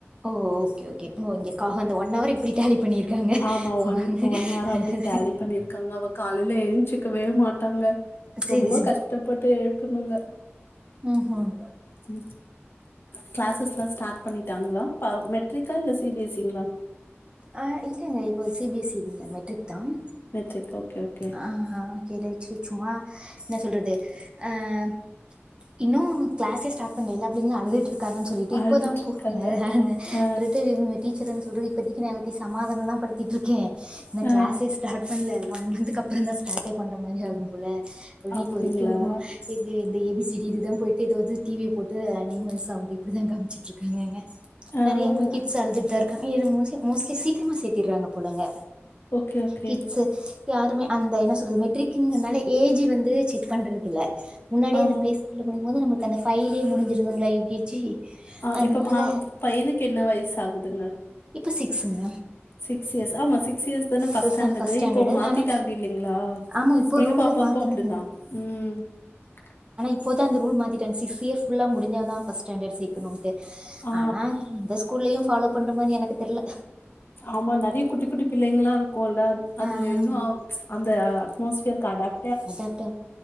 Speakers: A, on the right; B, on the left.
A: ஓ ஓகே ஓகே ஓ இங்க கா அந்த ஒன் அவர் இப்டி டேலி பண்ணியிருக்காங்க
B: ஆமா ஒன் ஒன் ஹார் அப்டி டேலி பண்ணிருக்காங்க அவ காலேல என்ச்சுக் கவே மாட்டாங்க
A: சேரி
B: ரொம்ப கஷ்டப்பட்டு எழுப்பணுங்க
A: உம் ஹும்
B: உம் கிளாசஸ் எல்லாம் ஸ்டார்ட் பண்ணிட்டாங்களா பா மெட்ரிக்கா இல்ல சி பி எஸ் சிங்களா
A: ஆஹ் இல்லங்க இப்போ சி பி எஸ் இ இல்ல மெட்ரிக் தான்
B: மெட்ரிக் ஓகே ஓகே
A: ஆஹ் ஹா <unintelligible> சேர் சும்மா என்ன சொல்றது அஹ் இன்னும் கிளாஸே ஸ்டார்ட் பண்றதில்லா அப்டி இருந்தும் அழுதுட்டுருக் காங்கனு சொல்லிட்டு
B: அழுதுட்ருக்காங்க
A: இப்பதான் போ றாங்க
B: ஆ
A: ரிட்டன் <unintelligible> டீச்சருன் சொல்றது இப்பத்திக்கி நா எல்லாத்தையு சமாதானந்தா படுத்திட்ருக்கே இன்னு
B: ஆ
A: கிளாஸே ஸ்டாட் பன்ல ஒன் மன்த்து க்கப்பறந்தா ஸ்டாட்டே பண்ற மாரி ஆகும் போல இன்னிக்கு
B: அப்டிங்களா
A: வரைக்கு இது ஏ பி சி டி இதுதா போயிட் இது வந்து டி வி ய போட்டு அனிமல் சவுண்ட் இப்டிதா காமிச்சிட்ருக்கங்கங்க
B: ஆ
A: நெறையா கிட்ஸ் அழுதுட்டுதா இருக்கு மோஸ்ட்லி மோஸ்ட்லி சீக்கிரமா சேத்திர்றாங்க போலங்க
B: ஓகே ஓகே
A: கிட்ஸு யாருமே அந்த என்ன சொல்றது மெட்ரிக்குங்துனால ஏஜி வந்து செக் பண்றதில்ல முன்னாடியே
B: ஆ
A: அந்த பேஸ்குள முடியும்போது நமக் கந்த ஃபைவ்லயே முடிஞ்சிருதுங்ள யு கே ஜி
B: ஆ
A: அதனால
B: இப்ப ப பையனுக்கு என்ன வயசு ஆகுதுங்க
A: இப்ப சிக்ஸ்ங்க
B: சிக்ஸ் இயர்ஸ் ஆமா சிக்ஸ் இயர்ஸ் தான ஃபஸ்ட்
A: சிக்ஸ்
B: ஸ்டாண்டர்டு
A: தான் ஃபர்ஸ்ட்
B: இப்போ மாத்திட்டாங்க
A: ஆனா
B: இல்லலைங்ளா
A: ஆமா இப்போ
B: எங்க
A: ரூல்ல
B: பாப்பாக்கு
A: மாத்துனது
B: அப்டிதா ம் <unintelligible>
A: இப்போதா அந்த ரூல் மாத்திட்டாங்க சிக்ஸ் இயர்ஸ் ஃபுல்லா முடிஞ்சாதா ஃபஸ் ஸ்டாண்டடு சேக்கணுன்ட்டு
B: ஆ
A: ஆனா இந்த ஸ்கூல்லயு ஃபாலோ பண்ற மாரி எனக்கு தெர்ல
B: ஆமா நெறையா குட்டி குட்டி பிள்ளைங்கல்லா இருக்கு இல்ல அதுங்க
A: ஆ
B: இன்னு அ அந்த அட்மாஸ்பியர்கு அடாப்
A: அதாட்ட